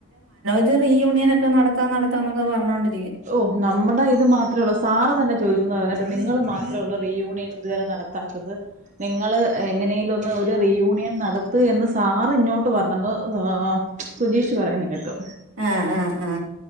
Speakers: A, on the right; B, on the right.
A: ഇത് റീ യൂണിയൻ ഒക്കെ നടത്താ നടത്താന്നൊക്കെ പറഞ്ഞോണ്ട്
B: ഓ ന നമ്മുടെ ഇത് മാത്രേ ഉള്ളൂ സാറ് തന്നെ ചോദിച്ചന്ന് പറഞ്ഞിട്ട് നിങ്ങൾ മാത്രമേ ഉള്ള റീ യൂണിയൻ ഇതുവരെ നടത്താത്തത് നിങ്ങള് എങ്ങനെലും ഒന്ന് ഒരു റിയൂണിയൻ നടത്ത എന്ന് സാർ ഇങ്ങോട്ട് പറഞ്ഞുന്നു സുജീഷ് പറയന്ന് കേട്ടോ
A: ആഹ ആഹ ആഹ